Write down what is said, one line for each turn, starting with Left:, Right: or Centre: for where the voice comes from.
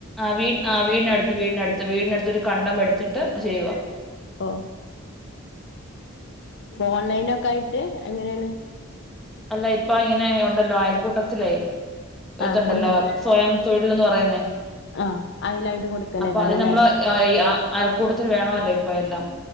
Centre: ആ വീ ആ വീടിനടുത്ത് വീടിനടുത്ത് വീടിനടുത്ത് ഒരു കണ്ടം എടുത്തിട്ട് ചെയ്യുവാ
Left: ഓ ഓൺലൈനൊക്കായിട്ട് എങ്ങനെയാണ്
Centre: അല്ല ഇപ്പ ഇങ്ങനെ ഒണ്ടല്ലോ അയൽക്കൂട്ടത്തിലേ
Left: ആ
Centre: ഇതുണ്ടല്ലോ
Left: കുടുംബ
Centre: സ്വയം തൊഴി ലിന്ന് പറയുന്നേ
Left: ആഹ് അയിലായിട്ട് കൊടുക്കലേക്കാരല്ലേ
Centre: അപ്പൊ അത് നമ്മള് അഹ് ഇ ആഹ് അയൽക്കൂട്ടത്തില് വേണല്ലോ ഇപ്പൊ എല്ലാം